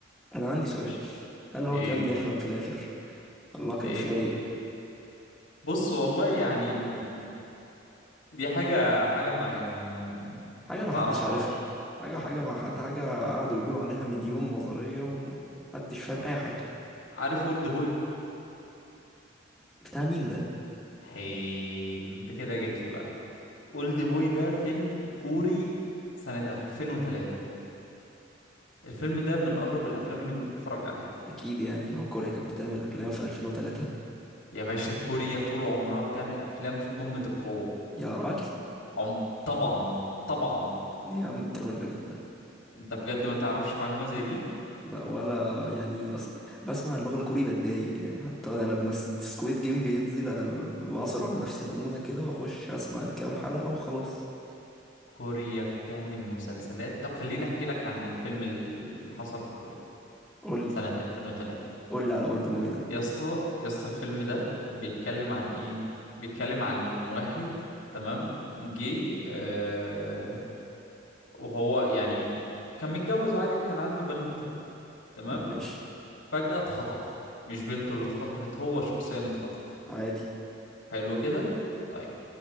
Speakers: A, in the centre; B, on the left.
A: انا عندي سؤال
B: مش
A: هل هو
B: ايه
A: كان بيحلم في الاخر الله كان
B: ايه
A: فايق
B: بص والله يعني م- دي حاجة حاجة ما يعني
A: حاجه
B: ما
A: ما
B: تعرفهاش
A: حدش عارفها حاجه
B: اه
A: حاجه ما حد حاجه قعدوا يقولوا عليها مليون نظريه ومحدش فاهم اي حاجه
B: عارف اولد بوي
A: بتاع مين ده
B: حلو انت كده جيت لي بقى اولد بوي ده فيلم كوري سنة 2003 الفيلم ده من اغرب الافلام اللي ممكن تتفرج عليها
A: اكيد يعني هو كوريا كانت بتعمل افلام في 2003
B: يا باشا كوريا طول عمرها بتعمل افلام في قمة القوة
A: يا راجل
B: عم... طبعا طبعا
A: ايه يا عم الكلام الغريب ده
B: انت بجد ما تعرفش معلومة زي دي
A: لا ولا يعني اصل بسمع اللغة الكوري بتضايق يعني حتى انا لما سكويد جيم بينزل انا ب- ب- بعصر على نفسي ليمونة كده واخش اسمع الكام حلقة وخلاص
B: كوريا بتعمل مسلسلات طب خليني احكي لك عن الفيلم اللي حصل في كوريا
A: قول
B: سنة
A: لي
B: 2003
A: قول لي على اولد بوي ده
B: يا اسطى يا اسطى الفيلم ده بيتكلم عن ايه بيتكلم عن واحد تمام جه آه وهو يعني كان متجوز عادي وكان عنده بنوتة تمام
A: ماشي
B: فجأة اتخطف مش بنته اللي اتخطفت هو شخصيا اتخطف
A: عادي
B: حلو كده طيب